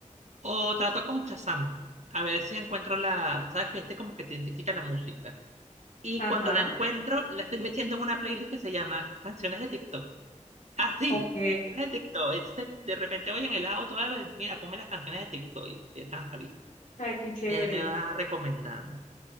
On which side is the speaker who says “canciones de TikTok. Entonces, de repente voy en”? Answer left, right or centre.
Right